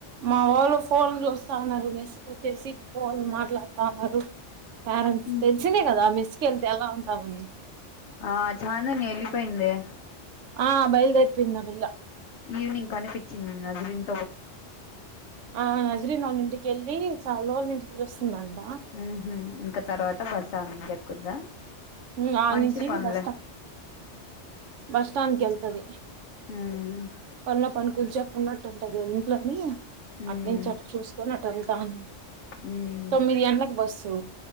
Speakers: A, on the right; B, on the left.
A: మా వోళ్ళు ఫోన్ చూస్తా ఉన్నారు మెస్ కొచ్చేసి ఫోన్ మాట్లాడుతా ఉన్నారు పేరెంట్స్
B: మ్మ్
A: తెలిసిందే కదా మేస్ కు వెళ్తే ఎలా ఉంటామని.
B: ఆ చాందని వెళ్ళిపోయిందే
A: ఆ బయలుదే చిన్న పిల్ల
B: ఈవినింగ్ కనిపించింది నజిరిన్
A: ఆ నజ్రిన వాళ్ళ ఇంటికి ఎల్ లీ చాలా నిద్ర వస్తుందంట
B: ఊహూ ఇంకా తర్వాత బస్తా నేను చెక్కుతా
A: ఉమ్ ఆ
B: మంచి
A: నుంచి
B: పనులే
A: బస్ స్టాప్ బస్ స్టాండ్ వెళ్తది
B: మ్మ్
A: పనులో పని కూర్చా ఉన్నట్టు ఉంటంది అది ఇంట్లోకి
B: మ్మ్
A: అట్ నుంచి అట్ చూసుకొని అట్ వెళ్తాని
B: మ్మ్
A: తొమ్మిది గంటలకి బస్సు